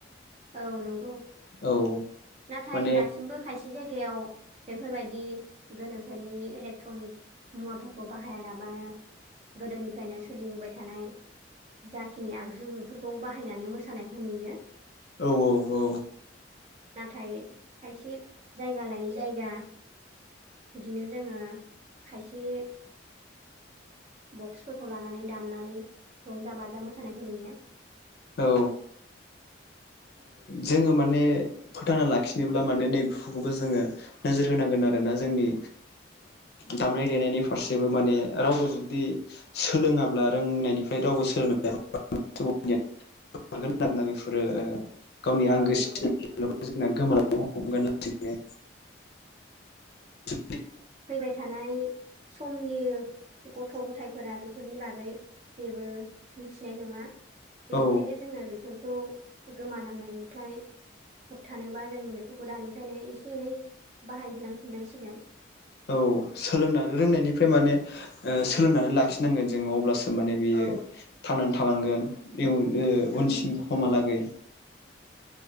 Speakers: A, on the right; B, on the left.
A: औ नंगौ।
B: औ
A: नाथाय
B: माने
A: दासिमबो खायसे थसे जायगायाव बेफोरबायदि गोनोखोनि इलेक्ट्रनिक मुवाफोरखौ बाहाया लाबानो गोदोनिफ्रायनो सोलिबोबाय थानाय जाखिनि आगजु बेफोरखौ बाहायनानै मोसानायखौ नुयो।
B: औ औ औ।
A: नाथाय खायसे जायगा लायै जायगा बिदिनो जोङो खायसे बक्सफोरखौ लानानै दामनानै रंजा बाजा मोसानायखौ नुयो।
B: औ। जोङो माने फोथांना लाखिनोब्ला माने नै बिखौबो जोङो नोजोर होनांगौ। न आरोना जोंनि दामनाय देनायनि फारसेबो माने रावबो जुदि सोलोङाब्ला रोंनायनिफ्राय रावबो सोलोंनाय न आरोोना बेफोरो गावनि आंगो
A: औ
B: सिब्ला
A: नंगौ नोंथां।
B: जोंना गो ग <unintelligible>
A: फैबाय थानाय समनि गथ' गथायाइफोरा बेफोरनि बागै जेबो मिथिनाय नङा। बेनिखायनो
B: ओ
A: जोङो बेफोरखौ गोमानांनायनिफ्राय होबथानोबा जों बेफोरखौ दानिफ्रायनो एसे एनै बाहायहोलांफिननांसिगोन।
B: औ सोलोंनानै रोंनायनिफ्राय माने सोलोंनानै लाखिनांगोन जोङो अब्लासो। माने बियो
A: औ
B: थांनानै थालांगोन इउ
A: नंगौ
B: उनसिमहालागै।